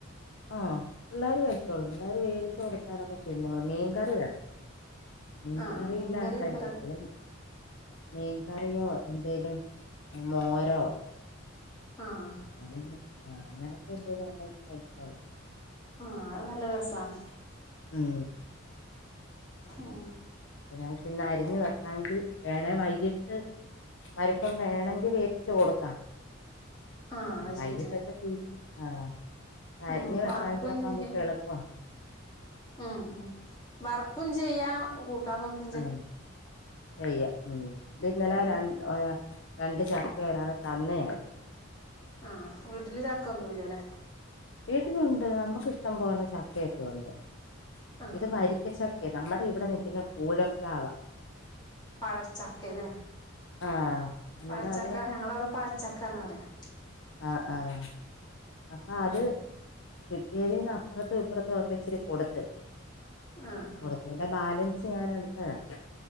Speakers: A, on the left (about 65°); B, on the left (about 20°).
A: ആഹ പിള്ളേർ കഴിച്ചോളൂ പിള്ളേർ വേവിച്ച് കൊടുത്താലൊക്കെ തിന്നോളും മീൻ കറി വേണം. മീൻകറിയില്ലാത
B: ആഹ് മീൻകറിയൊക്കെ
A: കഴിക്കത്തില്ല.
B: ര
A: മീൻകറിയോ എന്തേലും മോരോ
B: ആഹ്
A: ആഹ് അങ്ങനൊക്കെ എന്തെങ്കലും ഉണ്ടെങ്കിൽ കഴിച്ചോളു
B: ആഹ് അത് നല്ല രസാണ്
A: ഉം
B: ഉം
A: അപ്പൊ ഞാൻ ചന്ന അരിഞ്ഞ് വെക്കാെങ്കിൽ വേണേ വൈകിട്ട് വരുമ്പം വേണങ്കി വേവിച്ച് കൊടുക്കാം
B: ആഹ് അത്
A: വൈകിട്ടൊക്കെ
B: ശരിയാ
A: തീറ്റി ആഹ്
B: ഉം
A: അരിഞ്ഞ് വെക്കാവെങ്കി
B: വറക്കും ചെയ്യ
A: നമുക്ക് എളു ആഹ്
B: ഉം വർക്കും ചെയ്യാ കൂട്ടാൻ വെക്കു
A: ആഹ് ചെയ്യ ഉം ഇതിന്നല
B: ഉം
A: രണ്ട് രണ്ട് ചക്ക ഒരാള് തന്നയാര്
B: ആഹ് വീട്ടില് ചക്കൊന്നുംല്ലല്ലേ
A: വീട്ടിലുണ്ട് നമ്മുക്കിഷ്ടം പോലെ ചക്കൊയക്കയുണ്ട്
B: ആഹ് ആഹ്
A: ഇത് വരിക്കച്ചക്ക കയാ നമ്മുടെ ഇവിടെ നിൽക്കുന്ന കൂഴപ്പ്ലാവ
B: പഴച്ചക്ക അല്ലേ
A: ആഹ് അന്നേരം
B: പഴച്ചക്ക
A: അത്
B: ഞങ്ങളവിടെ പഴച്ചക്കന്ന് പറയാ
A: ആഹ് ആഹ്. അപ്പൊ
B: ഉം
A: അത് കിട്ടിയതിൽന്ന് അപ്പുറത്തും ഇപ്പുറത്തും ഒക്കെ ഇച്ചിരി കൊടുത്ത്.
B: ആഹ്
A: കൊടുത്തേന്റെ
B: ആഹ്
A: ബാലൻസ് ഞൻ എടുത്തതാ.